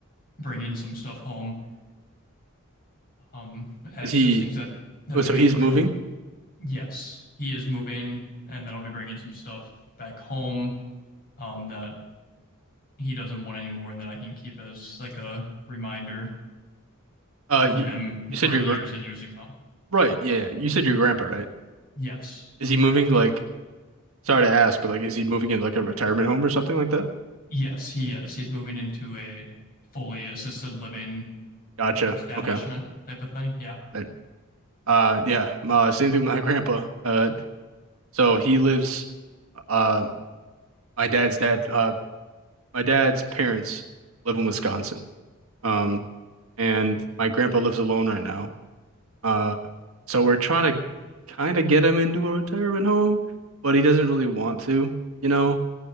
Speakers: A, on the left; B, on the right.
A: bringing some stuff home, um, as
B: Is he
A: just things that that
B: Oh,
A: they're
B: so
A: getting
B: he's
A: rid
B: moving?
A: of. Yes, he is moving, and then I'll be bringing some stuff back home, um, that he doesn't want anymore, and that I can keep as like a reminder
B: Uh
A: of
B: you,
A: him
B: you said
A: for
B: your
A: years
B: gra-
A: and years to come.
B: right. Yeah, yeah. You said your grandpa, right?
A: Yes,
B: Is he
A: correct.
B: moving like sorry to ask, but like is he moving in like a retirement home or something like that?
A: Yes, he is. He's moving into a fully assisted living
B: Gotcha.
A: establishment
B: Okay.
A: type of thing. Yeah.
B: Right. Uh yeah, uh, same thing with my grandpa. Uh so he lives uh my dad's dad uh my dad's parents live in Wisconsin. Um, and my grandpa lives alone right now. Uh, so we're trying to kind of get him into a retirement home, but he doesn't really want to, you know?